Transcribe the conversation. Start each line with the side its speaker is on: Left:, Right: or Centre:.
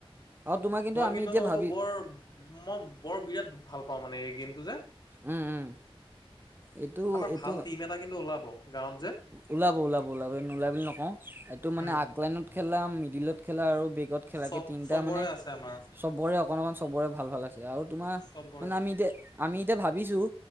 Right: আৰু তোমাৰ
Left: মই
Right: আমি
Left: কিন্তু
Right: এতিয়া ভাবি
Left: বৰ মই বৰ বিৰাট ভাল পাওঁ মানে এই গেমটো যে
Right: উম, উম। এইটো
Left: আমাৰ
Right: এইটো
Left: ভাল টিম এটা কিন্তু ওলাব গাওঁত।
Right: ওলাব ওলাব ওলাব নোলাই বুলি নকওঁ। এইটো মানে
Left: উম
Right: আগলাইনত খেলা, মিডিলত খেলা আৰু বেগত খেলা
Left: চব
Right: এই তিনিটা
Left: চবৰে
Right: মানে
Left: আছে আমাৰ
Right: চবৰে অকন অকন চবৰে ভাল ভাল আছে। আৰু তোমাৰ
Left: চবৰে
Right: মানে আমি এতিয়া আমি এতিয়া ভাবিছোঁ।